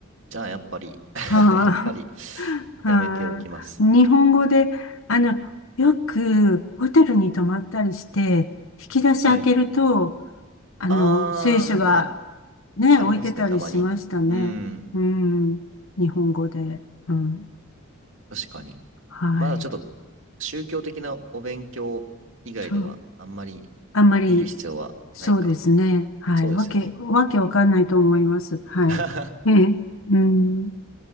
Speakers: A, on the right; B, on the left.
A: じゃあ、やっぱり <laughs>
B: はあ。
A: やっぱり、
B: <laughs>
A: やめておきます。
B: はあ。日本語で、あの、よくホテルに泊まったりして、引き出し開けると、
A: <laughs> はい。
B: あの、
A: あー、
B: 聖書が
A: なんかあ、
B: ね、
A: ありますね、
B: 置いてたりしましたね。
A: たまに。うーん。
B: うん。日本語で。うん。
A: 確かに。
B: はい。
A: まだちょっと、宗教的なお勉強以外では、
B: そう。
A: あんまり
B: あんまり、
A: 見る必要はないか。
B: そうですね。はい。
A: そうですよね。
B: わけ、わけわかんないと思います。はい。
A: <laughs>
B: ええ。うん。